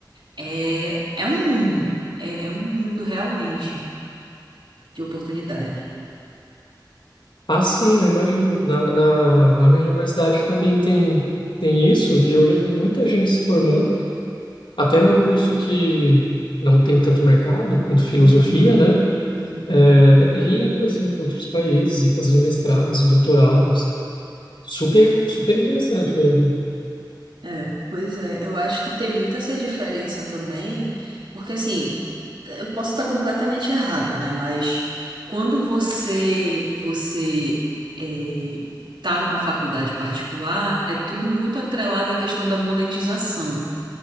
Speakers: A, on the right; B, on the left.
A: é, é um mundo, é, é um mundo realmente de oportunidade.
B: Ah, sim, eu imagino. Na, na, na minha universidade também tem, tem isso, e eu vejo muita gente se formando, até num curso que não tem tanto mercado quanto filosofia,
A: Uhum,
B: né?
A: uhum.
B: É, e indo assim para outros países, e fazendo mestrados e doutorados. Super, super interessante mesmo.
A: É, pois é, eu acho que tem muito essa diferença também, porque assim, eu posso estar completamente errada, né? Mas quando você você é, tá numa faculdade particular, é tudo muito atrelado à questão da monetização.